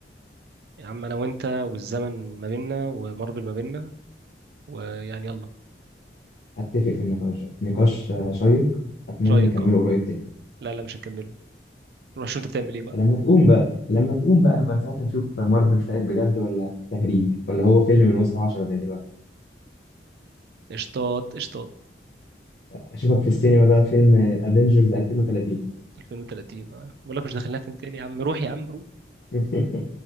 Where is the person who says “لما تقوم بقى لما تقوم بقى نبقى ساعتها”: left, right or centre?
Left